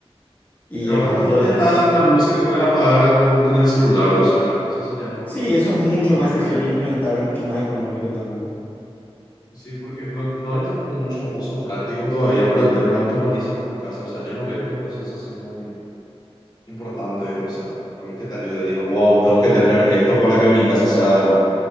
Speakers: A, on the left; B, on the left.
A: Y
B: Pero
A: el
B: ahora
A: costo
B: también ya
A: es...
B: están las luces que puedes apagar con, con el celular, o sea, eso sí ya es más
A: Sí,
B: fácil
A: eso
B: que se
A: es
B: conecten
A: mucho
B: al
A: más
B: Wi-Fi
A: sencillo
B: y demás.
A: de implementar, mucho más económico también.
B: Sí, porque no, no hay tampoco muchos usos prácticos todavía para el tema de automatizar una casa, o sea, yo no veo un proceso así muy importante, o sea, algo que te ayude, digo, wow, tengo que tener esto para que mi casa sea